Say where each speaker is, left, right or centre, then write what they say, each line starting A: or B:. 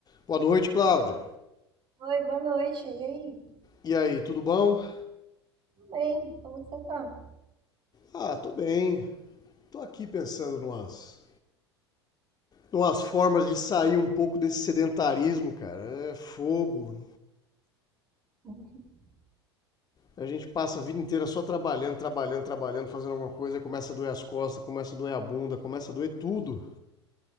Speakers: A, on the left (about 30°); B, on the right (about 35°).
A: Boa noite, Cláudia.
B: Oi, boa noite. E aí?
A: E aí, tudo bom?
B: Tudo bem? Como que você tá?
A: Ah, tô bem. Tô aqui pensando numas, numas formas de sair um pouco desse sedentarismo, cara. É fogo.
B: <laughs>
A: A gente passa a vida inteira só trabalhando, trabalhando, trabalhando, fazendo alguma coisa, aí começa a doer as costas, começa a doer a bunda, começa a doer tudo.